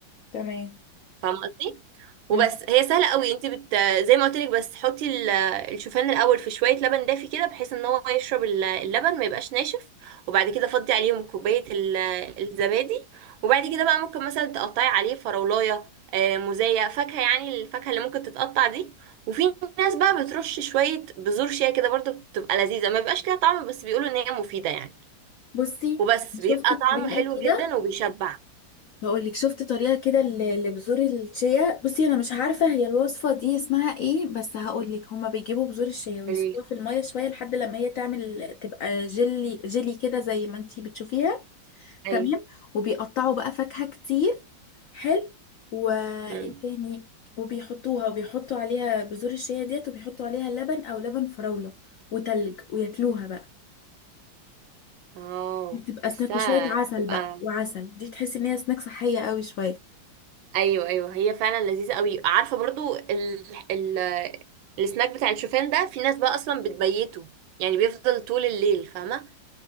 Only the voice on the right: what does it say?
فاهمه قصدي
وبس هي سهله قوي انت بت زي ما قلت لك بس حطي ال- الشوفان الاول في شويه لبن دافي كده بحيث ان هو يشرب ال- اللبن ما يبقاش ناشف وبعد كده فضي عليهم كوبايه ال- الزبادي وبعد كده بقى ممكن مثلا تقطعي عليه فراولايه آه، موزايه فاكهه يعني الفاكهه اللي ممكن تتقطع دي وفي ناس بقى بترش شويه بذور شيا كده برضو بتبقى لذيذه ما بيبقاش ليها طعم بس بيقولوا ان هي مفيده يعني
وبس
بيبقى
طعمه حلو
جدا وبيشبع
يعني
ايوه
مم.
اه
حاساها
تبقى
ايوه ايوه هي فعلا لذيذه قوي عارفه برضو ال... ال... السناك بتاع الشوفان ده في ناس بقى اصلا بتبيته يعني بيفضل طول الليل فاهمه